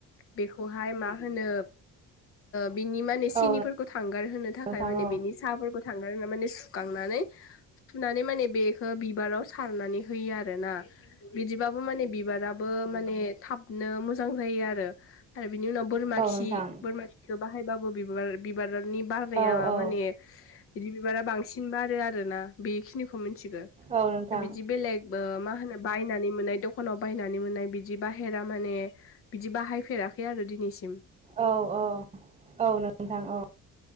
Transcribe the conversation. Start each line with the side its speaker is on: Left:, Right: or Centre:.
Left: बेखौहाय मा होनो बिनि माने सिनिफोरखौ
Right: औ
Left: थांगार होनो थाखाय
Right: नोंथां
Left: माने
Right: औ
Left: बिनि साहाफोरखौ थांगार होनानै माने सुखांनानै सुनानै माने बेखौ बिबाराव सारनानै होयो आरोना बिदिबाबो माने बिबाराबो माने थाबनो मोजां जायो आरो बिनि उनाव बोरमा
Right: औ
Left: खि
Right: नोंथां
Left: बोरमा खिखौ बाहायबाबो बि बिबार बिबारनि बारनाया
Right: औ औ
Left: माने बिदि बिबारा बांसिन बारो आरोना बेखिनिखौ मि थि गौ
Right: औ नोंथां
Left: बिदि बेलग मा होनो बायनानै मोननाय दखानाव बायनानै मोननाय बिदि बिदि बाहेरा माने बिदि बाहायफेराखै आरो दिनैसिम
Right: औ औ औ नोंथां औ